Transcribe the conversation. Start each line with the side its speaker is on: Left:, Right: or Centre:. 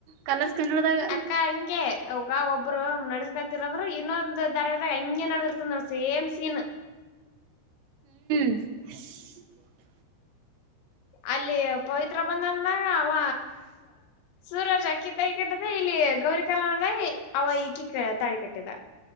Right: ಕಲರ್ಸ್ ಕನ್ನಡದಾಗ
Left: ಅಕ್ಕ ಹಂಗೆ ಅವಗ ಒಬ್ರು ನಡ್ಸ್ಕೋತಿರಂದ್ರು ಇನ್ನೊಂದು ದಾರವಾಹಿ ದಾಗ ಹಿಂಗೆ ನಡ್ದಿರ್ತದ ಸೇಮ್ ಸೇಮ್ ಸೀನ್
Right: <inaudible>
Left: ಅಲ್ಲಿ ಪವಿತ್ರ ಬಂದಂದಾಗ ಅವ ಸೂರಜ್ ಆಕಿ ತಲಿಕಟ್ಟಿದೆ ಇಲ್ಲಿ ಗೌರಿ ಕಲ್ಯಾಣದಲ್ಲಿ ಅವ ಈಕಿ ತಾಳಿ ಕಟ್ಟಿದ